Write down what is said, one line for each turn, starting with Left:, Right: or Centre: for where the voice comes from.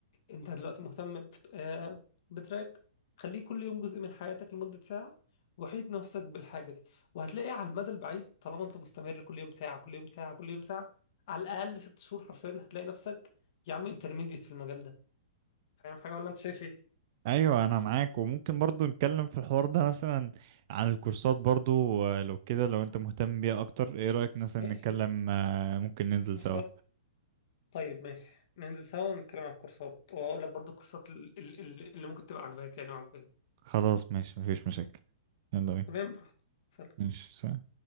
Left: انت دلوقتي مهتم ب- آه، بتراك خليه كل يوم جزء من حياتك لمدة ساعة وحيد نفسك بالحاجة دي وهتلاقي على المدى البعيد طالما انت مستمر كل يوم ساعة كل يوم ساعة كل يوم ساعة على الأقل ست شهور حرفيا هتلاقي نفسك يا عم انترميديت في المجال ده فاهم حاجة ولا انت شايف ايه؟
Right: ايوه انا معاك وممكن برضو نتكلم في الحوار ده مثلا عن الكورسات برضو آه، لو كده لو انت مهتم بيها اكتر ايه رأيك مثلا
Left: ماشي
Right: نتكلم آه، ممكن ننزل
Left: في كورسات
Right: سوا
Left: طيب ماشي ننزل سوا ونتكلم عن الكورسات وأقول لك برضو الكورسات ال- ال- ال- اللي ممكن تبقى عاجباك يعني وعاجباني
Right: خلاص ماشي مفيش مشاكل يلا بينا
Left: تمام براحتك. سلام
Right: ماشي سلام